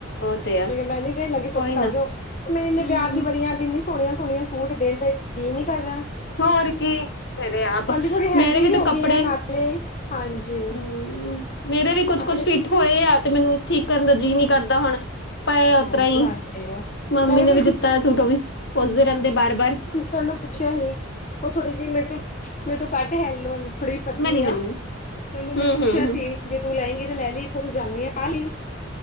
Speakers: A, on the left; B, on the left.
A: ਉ ਤੇ ਆ
B: ਮੈਂ ਨੀ ਦੇਣ ਲੱਗੀ ਚੁੱਪ
A: ਉਹੀ
B: ਕਰ
A: ਨਾ
B: ਜੋੋ ਮੇਰੇ ਇੰਨੇ
A: ਹਮ
B: ਵਿਆਹ ਦੀ ਬਣੀਆਂ ਇੰਨੀ ਸੋਹਣੀਆਂ-ਸੋਹਣੀਆਂ ਸੂਟ ਦੇਣ ਤੇ ਜੀ ਨੀ ਕਰ ਰਾ।
A: ਹੋਰ ਕੀ, ਮੇਰੇ ਆਪ
B: ਥੋੜੀ ਹੈਲਦੀ
A: ਮੇਰੇ ਵੀ ਤੇ
B: ਹੋ
A: ਕੱਪੜੇ
B: ਗਈ ਆ ਨਾਲੇ ਹਾਂਜੀ
A: ਹੂੰ ਮੇਰੇ ਵੀ ਕੁਛ-ਕੁਛ
B: ਆਪਣੇ
A: ਫਿਟ ਹੋਏ ਆ ਤੇ ਮੈਨੂੰ ਠੀਕ ਕਰਨ ਦਾ ਜੀਅ ਨੀ ਕਰਦਾ ਹੁਣ। ਪਏ ਆ ਉਸਤਰ੍ਹਾਂ
B: ਹਾਂਜੀ
A: ਈ
B: ਹਾਂਜੀ।
A: ਮੰਮੀ
B: ਮੈਂ
A: ਨੇ ਵੀ
B: ਆਪਣੀ
A: ਦਿੱਤਾ ਸੂਟ ਔ ਵੀ ਪੁੱਛਦੇ ਰੇਂਦੇ ਬਾਰ-ਬਾਰ।
B: ਸਾਨੂੰ ਪੁੱਛਿਆ ਸੀ ਉਹ ਥੋੜੀ ਜੀ ਮੇਰੇ ਤੋਂ, ਮੇਰੇ ਤੋਂ ਕੱਦ ਹੈਲੋ ਥੋੜੀ ਜੀ ਪਤਲੀ
A: ਮੈਂ ਨੀ ਮੈਂ
B: ਆ।
A: ਨੀ ਮੈਂ ਨੀ
B: ਤੈਨੂੰ ਮੈਂ
A: ਹਮ
B: ਪੁੱਛਿਆ
A: ਹਮ ਹਮ
B: ਸੀ। ਜੇ ਤੂੰ ਲੈਗੀ ਤੇ ਲੈ ਲੀ ਇੱਥੇ ਤੂੰ ਜਾਂਦੀ ਆ ਪਾ ਲੀ,